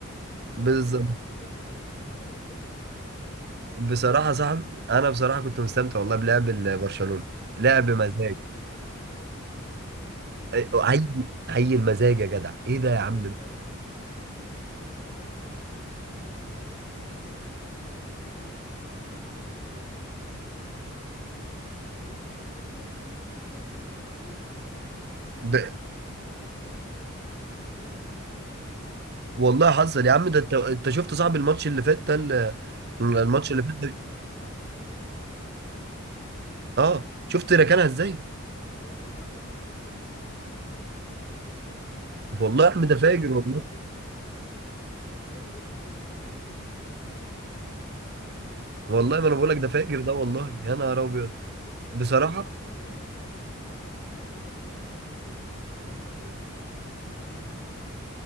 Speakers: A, on the left; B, on the right.
A: احنا خدنا
B: بالظبط
A: كل حاجه محليه عايزين ناخد حاجه اوروبيه حتى
B: بصراحه صاحبي انا بصراحه كنت مستمتع والله بلعب ال- برشلونه
A: يا اسطى
B: لعب
A: انت
B: مزاج
A: شايف شايف لامين يامال يا اسطى بجد
B: إيه، عي عي المزاج يا جدع ايه
A: يا
B: ده
A: اسطى
B: يا عم
A: والله
B: ده
A: العظيم انا ما ب- بقيت ب- بتفرج على اي وينج بيلعب كوره ده بشوفه بي ما بي بيلعب كفته ما بيلعبش كوره من بعد ما شفت لامين يامال بيحسسك ان الكوره سهله موت يا اسطى سهله موت وبيعدي بسهوله
B: ده-
A: تحس ان اللي قدامه دول والله العظيم مكعبات يا اسطى
B: والله حصل يا عم ده انت انت شفت صاحبي الماتش اللي فات ده ال-
A: الجون
B: الماتش
A: شفت الجون
B: اللي
A: اللي
B: فات ده
A: جاب اه طبعا اتفرجت الماتش بتاع اسبانيول
B: اه شفت ركنها ازاي
A: يا اسطى الار 2 عامل له جليتش عامل جليتش الار 2 بجد
B: والله
A: ما شاء
B: يا
A: الله
B: عم
A: عليه
B: ده فاجر
A: يا اسطى بجد
B: والله
A: ربنا ربنا يحميه ويحرسه من الاصابات والايام بتوع مدريد
B: والله ما انا بقول لك ده فاجر ده والله يا نهار ابيض
A: يا اسطى
B: بصراحه
A: صحابي صحابي والله بيقعدوا يعملوا تلاصم ويقعدوا يدعوا عليه اقول لهم يا جدعان عيب يا جدعان حرام ده مسلم هم ما فيش